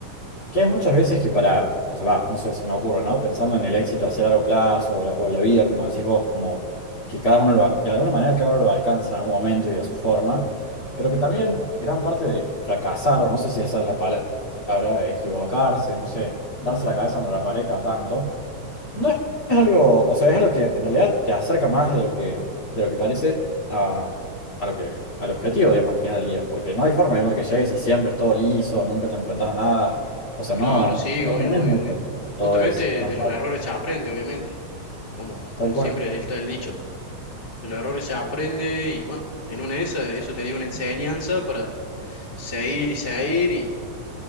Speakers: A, on the left; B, on the left.
A: Que hay muchas veces que para, o sea, va, no sé, se me ocurre, ¿no? Pensando en el éxito hacia largo plazo o la, o la vida, como decís vos, como que cada uno lo, a- de alguna manera cada uno lo alcanza en un momento y a su forma, pero que también gran parte de fracasar, o no sé si esa es la palabra, equivocarse, no sé, darse la cabeza en la pared cada tanto, no es algo, o sea, es algo que en realidad te acerca más de lo que, de lo que parece a, a lo que, al objetivo, digamos, al final del día. Porque no hay forma, digamos, que llegues y siempre es todo liso, nunca te enfrentas a nada. O sea, no,
B: Claro, sí,
A: no
B: obvio,
A: aprendes
B: obvio,
A: mucho.
B: obvio. Justamente
A: Todo es tan
B: de
A: fácil.
B: los errores se aprende, obviamente, como,
A: Tal
B: como
A: cual.
B: siempre está el dicho. De los errores se aprende y bueno, en una de esas, eso te dio una enseñanza para seguir y seguir y,